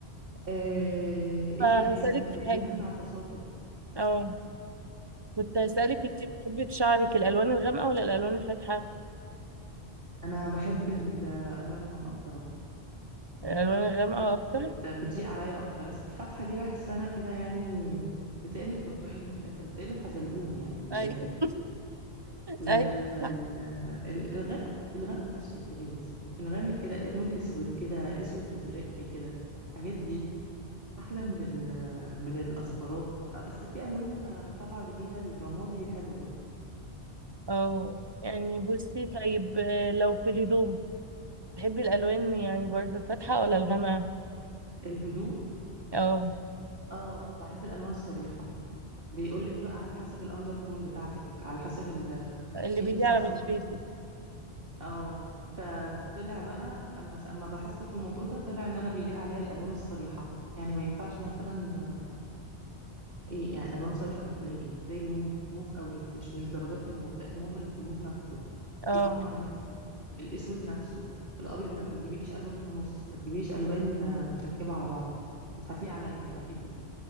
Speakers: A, on the right; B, on the right.
A: آه إيه
B: فهسألك
A: كمان إنها
B: في
A: بت-
B: حاجة
A: بتمنع التساقط
B: اه كنت هسألك انت بتحبي في شعرك الألوان الغامقة ولا الألوان الفاتحة؟
A: انا بحب الالوان الغامقه بصراحه
B: الألوان الغامقة
A: حلوة،
B: أكتر
A: بت... بتليق عليا اكتر بس الفاتحه دي بحس انا كده يعني بتقلب برتقاني في الاخر بتقلب حزلقوم يعني
B: أي
A: في الاخر
B: <laughs>
A: كده لا
B: أي
A: ال...
B: صح
A: ال- الغامق الغامق اشيك يا بنتي الغامق كده لون اسود كده اسود مزرق كده الحاجات دي احلى من ال... من الاصفرات آه، بس في الوان آه، طالعه جديده الرمادي حلوه برضه
B: اه يعني بصي طيب آه، لو في الهدوم تحبي الألوان يعني برضه الفاتحة ولا الغامقة؟
A: الهدوم
B: اه
A: اه بحب الالوان الصريحه بيقولك بقى على حسب الاندر تون بتاعتك على حسب
B: اللي
A: انت
B: بيلي
A: اصلا
B: على بشرتك
A: اه فطلع بقى اما اما بحثت في الموضوع ده طلع ان انا بيليق عليا الالوان الصريحه يعني ما ينفعش مثلا آه، ايه يعني الوان صريحه زي ايه زي الموف موف قوي مش مش درجات الموف لا الموف الموف نفسه
B: اه
A: الاحمر نفسه الاسود نفسه الابيض ن- ما تجيبيليش الوان في النص ما تجيبيليش الوان آه، متركبه على بعض مش هتليق عليا هتبهتني